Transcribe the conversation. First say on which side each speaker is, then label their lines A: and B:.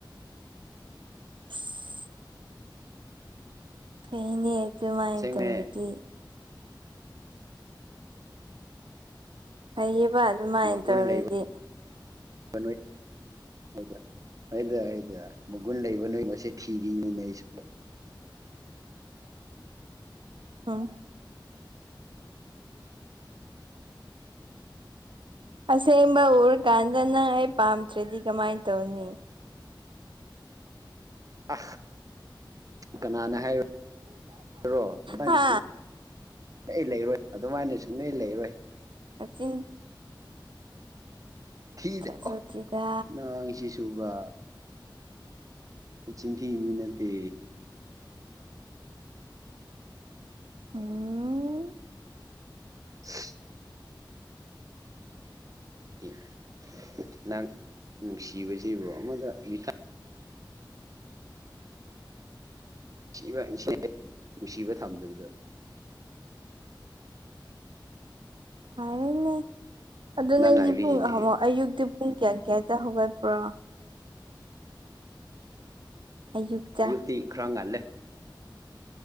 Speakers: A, on the right; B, on the right.
A: <unintelligible> ꯐꯩꯅꯦ ꯑꯗꯨꯃꯥꯏꯅ
B: ꯑꯁꯦꯡꯅꯦ
A: ꯇꯧꯔꯗꯤ ꯐꯩꯌꯦꯕ ꯑꯗꯨꯃꯥꯏꯅ
B: ꯃꯒꯨꯟ
A: ꯇꯧꯔꯗꯤ
B: ꯂꯩꯕꯗ <unintelligible> ꯍꯣꯏꯗ ꯃꯒꯨꯟ ꯂꯩꯕ ꯅꯣꯏꯒꯨꯝꯕꯁꯦ ꯊꯤꯔꯤꯅꯤꯅꯦ ꯑꯩꯁꯨ
A: ꯑꯣ ꯑꯁꯦꯡꯕ ꯎꯔꯀꯥꯟꯗꯅꯪ ꯑꯩ ꯄꯥꯝꯗ꯭ꯔꯗꯤ ꯀꯃꯥꯏꯅ ꯇꯧꯅꯤ
B: ꯑ ꯀꯅꯥꯅ ꯍꯥꯏꯔꯣ ꯑꯗꯨꯃꯥꯏꯅ
A: ꯍꯥ
B: ꯁꯨꯝ ꯑꯩ ꯂꯩꯔꯣꯏ ꯑꯗꯨꯃꯥꯏꯅ ꯁꯨꯡꯂꯩ ꯂꯩꯔꯣꯏ
A: ꯅꯆꯤꯟ
B: ꯊꯤꯗꯦ
A: ꯊꯥꯖꯗꯦꯗ
B: ꯑꯣ ꯅꯪꯁꯤꯁꯨꯨꯕ ꯑꯩ ꯆꯤꯡ ꯊꯤ ꯃꯤ ꯅꯠꯇꯦ
A: ꯑꯣ
B: <unintelligible> <unintelligible> ꯅꯪ ꯅꯨꯡꯁꯤꯕꯁꯤꯕꯨ ꯑꯃꯗ <unintelligible> <unintelligible> ꯅꯨꯡꯁꯤꯕ ꯊꯝꯗꯕꯗꯣ
A: ꯍꯥꯏꯔꯦꯅꯦ ꯑꯗꯨ
B: ꯅꯪ
A: ꯅꯪꯗꯤ
B: ꯉꯥꯏꯕꯤꯔꯤꯅꯦꯍꯦ
A: ꯄꯨꯡ ꯑꯌꯨꯛꯇꯤ ꯄꯨꯡ ꯀꯌꯥ ꯀꯌꯥꯗ ꯍꯧꯒꯠꯄ꯭ꯔꯣ ꯑꯌꯨꯛꯇ
B: ꯑꯌꯨꯛꯇꯤ ꯈ꯭ꯔ ꯉꯜꯂꯦ